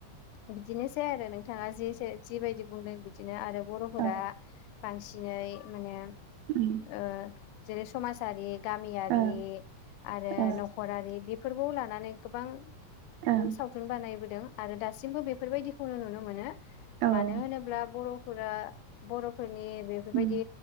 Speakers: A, on the left; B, on the right.
A: बिदिनोसै आरो नोंथाङा जिसे जिबायदि बुंदों। बिदिनो आरोब बर'फोरा
B: औ
A: बांसि दिनै माने
B: उम
A: ओ जेरैस समाजारि गामियारि
B: ओ
A: आरो
B: ओ
A: न'खरारि बिब फोरबौ लानानै गोबां
B: ओं
A: सावथुन बानायबोदों आरो दासिमबो बेफोरबायदिखौनो नुनो मोनो
B: औ
A: मानो होनोब्ला बर'फोरा बर'फोर ने बेफोरबायदि
B: उम